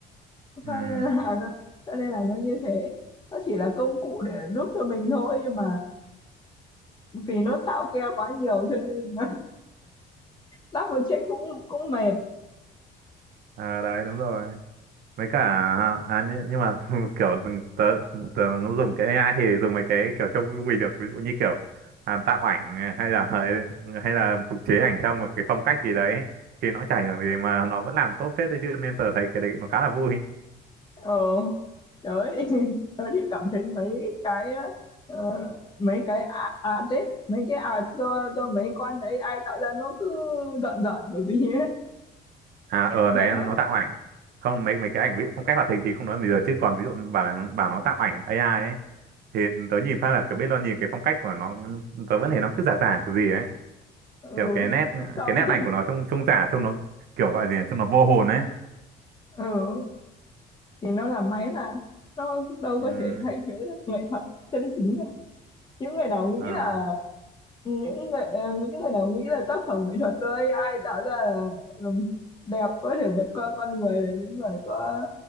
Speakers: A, on the right (about 65°); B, on the left (about 25°).
A: ừ
B: cho nên là <laughs> nó, cho nên là nó như thế nó chỉ là công cụ để giúp cho mình thôi nhưng mà vì nó xạo keo quá nhiều cho nên double check cũng cũng mệt
A: à, đấy đúng rồi mấy cả à nhưng, nhưng mà <laughs> kiểu từng tớ, tớ dùng cái AI thì dùng mấy cái kiểu trông vui được ví dụ như kiểu à, tạo ảnh hay là hay là phục chế ảnh theo một cái phong cách gì đấy thì nó chả ảnh hưởng gì mà nó vẫn làm tốt phết đấy chứ nên tớ thấy cái đấy nó khá là vui
B: ờ trời <laughs> tớ thì cảm thấy mấy cái ờ, ờ, mấy cái à, à đấy mấy cái à do do mấy con AI tạo ra nó cứ giận giận của gì ấy
A: à ở
B: mà
A: đấy
B: nó
A: nó tạo ảnh không mấy mấy cái ảnh ví dụ phong cách hoạt hình thì không nói bây giờ chứ còn ví dụ bảo nó- bảo nó tạo ảnh AI ấy thì tớ nhìn phát là kiểu biết lo nhìn cái phong cách của nó tớ vẫn thấy nó cứ giả giả kiểu gì ấy
B: ừ
A: kiểu cái nét
B: xong
A: cái nét ảnh của nó trông trông giả trông nó kiểu gọi gì nhỉ? trông nó vô hồn ấy
B: <laughs> ừ thì nó là máy mà nó đâu
A: ừ,
B: có thể thay thế được nghệ thuật chân chính đâu những người nào nghĩ
A: ờ,
B: là những người ờ, những người nào nghĩ là tác phẩm nghệ thuật thôi ai tạo ra là, là đẹp có thể vượt qua con người là những người có